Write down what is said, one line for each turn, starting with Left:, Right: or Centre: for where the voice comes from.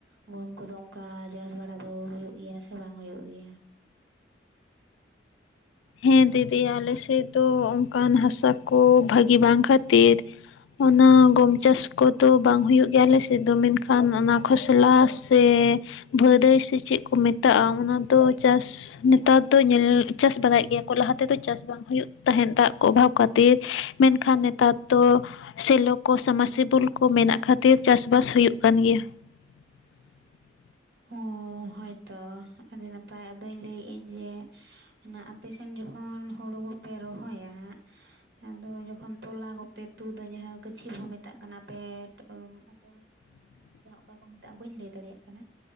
Right: ᱜᱩᱦᱩᱢ ᱠᱚᱫᱚ ᱚᱝᱠᱟ ᱪᱟᱥ ᱵᱟᱲᱟ ᱫᱚ ᱦᱩᱭᱩᱜ ᱜᱮᱭᱟ ᱥᱮ ᱵᱟᱝ ᱦᱩᱭᱩᱜ ᱜᱮᱭᱟ᱾
Left: ᱦᱮᱸ ᱫᱤᱫᱤ ᱟᱞᱮ ᱥᱮᱫ ᱫᱚ ᱚᱝᱠᱟᱱ ᱦᱟᱥᱟ ᱠᱚ ᱵᱷᱟᱹᱜᱤ ᱵᱟᱝ ᱠᱷᱟᱹᱛᱤᱨ ᱚᱱᱟ ᱜᱚᱢ ᱪᱟᱥ ᱠᱚᱫᱚ ᱵᱟᱝ ᱦᱩᱭᱩᱜ ᱜᱮᱭᱟ ᱟᱞᱮᱥᱮᱫ ᱫᱚ ᱢᱮᱱᱠᱷᱟᱱ ᱚᱱᱟ ᱠᱷᱚᱥᱞᱟᱥ ᱥᱮ ᱵᱷᱟᱹᱫᱟᱹᱭ ᱥᱮ ᱪᱮᱫ ᱠᱚ ᱢᱮᱛᱟᱜᱼᱟ ᱚᱱᱟ ᱫᱚ ᱪᱟᱥ ᱱᱮᱛᱟᱨ ᱫᱚ ᱧᱮᱞ ᱪᱟᱥ ᱵᱟᱲᱟᱭᱮᱫ ᱜᱮᱭᱟ ᱠᱚ ᱞᱟᱦᱟ ᱛᱮᱫᱚ ᱪᱟᱥ ᱵᱟᱝ ᱦᱩᱭᱩᱜ ᱛᱟᱦᱮᱸᱫ ᱫᱟᱜ ᱠᱚ ᱚᱵᱷᱟᱵᱽ ᱠᱷᱟᱹᱛᱤᱨ ᱢᱮᱱᱠᱷᱟᱱ ᱱᱮᱛᱟᱨ ᱫᱚ ᱥᱮᱞᱚ ᱠᱚ ᱥᱟᱢᱟᱥᱤᱵᱩᱞ ᱠᱚ ᱢᱮᱱᱟᱜ ᱠᱷᱟᱹᱛᱤᱨ ᱪᱟᱥᱵᱟᱥ ᱦᱩᱭᱩᱜ ᱠᱟᱱ ᱜᱮᱭᱟ᱾ <unintelligible>
Right: ᱚᱸᱻ ᱦᱳᱭᱛᱚ ᱟᱹᱰᱤ ᱱᱟᱯᱟᱭ ᱟᱫᱚᱧ ᱞᱟᱹᱭᱮᱫ ᱟᱹᱧ ᱡᱮ ᱚᱱᱟ ᱟᱯᱮ ᱥᱮᱱ ᱡᱚᱠᱷᱚᱱ ᱦᱩᱲᱩ ᱠᱚᱯᱮ ᱨᱚᱦᱚᱭᱟ ᱦᱟᱸᱜ ᱟᱫᱚ ᱡᱚᱠᱷᱚᱱ ᱛᱚᱞᱟ ᱠᱚᱯᱮ ᱛᱩᱫᱟ ᱡᱟᱦᱟᱸ ᱜᱟᱹᱪᱷᱤ ᱵᱚ ᱢᱮᱛᱟᱜ ᱠᱟᱱᱟ ᱯᱮᱸᱴ ᱟᱹᱢ <unintelligible> ᱚᱠᱟ ᱠᱚ ᱢᱮᱛᱟᱜᱼᱟ ᱵᱟᱹᱧ ᱞᱟᱹᱭ ᱫᱟᱲᱮᱭᱟᱜ ᱠᱟᱱᱟ᱾